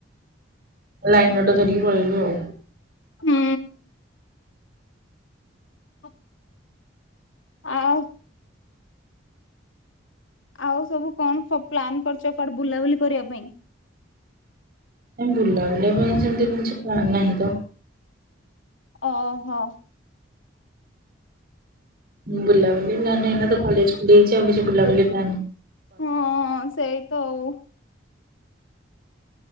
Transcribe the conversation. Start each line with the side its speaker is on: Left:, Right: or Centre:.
Right: ଲାଇନ ଅଟୋ ଧରିକି ପଳେଇଲୁ ଆଉ।
Left: ହୁଁ। ହଁ। ଆଉ। ଆଉ ସବୁ କଣ ଖ ପ୍ଲାନ କରିଛ କୁଆଡେ ବୁଲାବୁଲି କରିବା ପାଇଁ?
Right: ନାଇ ବୁଲା ବୁଲିିବା ପାଇଁ ସେମିତି କିଛି ପ୍ଲାନ ନାହିଁ ତ।
Left: ଓ ଓହୋ।
Right: ବୁଲାବୁଲି ପ୍ଲାନ ଏଇନେ ତ କଲେଜ ଖୋଲିଲିଯାଇଛି ଆଉ କିଛି ବୁଲାବୁଲି ପ୍ଲାନ
Left: ହଁ ହଁ ହଁ ସେଇ ତ ଆଉ।